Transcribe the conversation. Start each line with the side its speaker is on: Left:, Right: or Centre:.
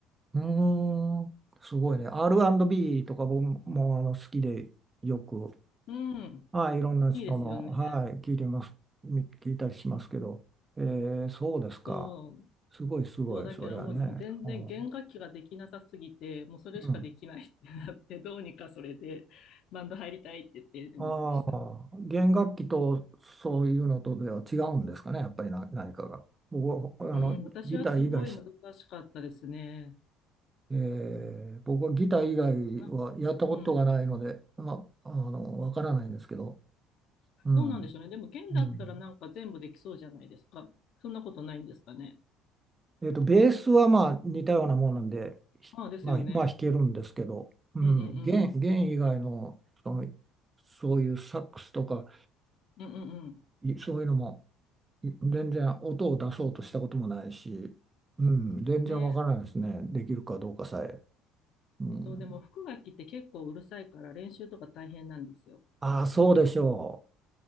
Right: うーん、すごいね。R&B とか僕もあの好きでよく、
Left: うん、
Right: はい、いろんな人の、
Left: いいですよね。
Right: はい、聞いてます、み聞いたりしますけど、えー、そうですか。
Left: そう、
Right: すごいすごい、
Left: そう、だけどもう全然弦楽器ができなさすぎて、
Right: そりゃね。うん。
Left: もうそれしかできないってなって、
Right: うん
Left: どうにかそれでバンド入りたいって言って入れてもらってました。
Right: ああ、弦楽器とそういうのとでは違うんですかね、やっぱりな、何かが。僕はあのギター以外し、
Left: うん、私はすごい難しかったですね。
Right: えー、僕はギター以外はやったことがないので、
Left: な、うん。
Right: まあ、あの、わからないんですけど。うん。
Left: どうなんでしょうね。でも、弦だったらなんか全部できそうじゃないですか。
Right: うん
Left: そんなことないんですかね。
Right: えっと、ベースはまあ似たようなものなんで、ひまあ、
Left: ああ、ですよね。
Right: まあ弾けるんですけど、うん、
Left: うんうんうん。
Right: 弦、弦以外の、その、そういうサックスとか、
Left: うんうんうん。
Right: いそういうのも、い全然音を出そうとしたこともないし、うん、全然わからないですね。
Left: ね。
Right: できるかどうかさえ。うん、
Left: そう、でも、副楽器って結構うるさいから練習とか大変なんですよ。
Right: ああ、そうでしょ